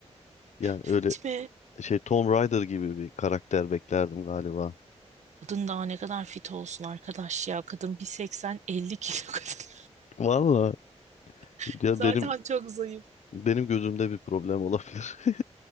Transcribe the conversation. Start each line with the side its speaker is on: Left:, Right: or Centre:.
Left: Yani
Right: Fit
Left: öyle
Right: mi?
Left: şey Tom Rider gibi bir karakter beklerdim galiba.
Right: Kadın daha ne kadar fit olsun arkadaş ya. Kadın bir seksen elli kilo kadın.
Left: Vallahi.
Right: <laughs>
Left: Ya
Right: Zaten
Left: benim
Right: çok zayıf
Left: benim gözümde bir problem olabilir. <laughs>